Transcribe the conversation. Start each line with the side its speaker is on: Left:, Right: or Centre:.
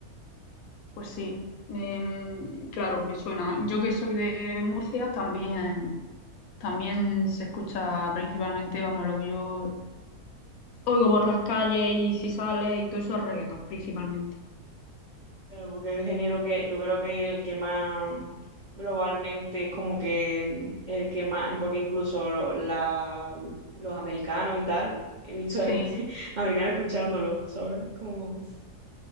Left: Pues sí, Em, claro, me suena. Yo que soy de Murcia, también, también se escucha principalmente, vamos, lo que yo oigo por las calles y si sale y todo eso es reggaetón, principalmente.
Right: pero porque es el género que yo creo que el que más globalmente, como que el que más, porque incluso lo- la- los americanos y tal, he visto
Left: Sí,
Right: gente <laughs> americana escuchándolo, ¿sabes? Como, <laughs>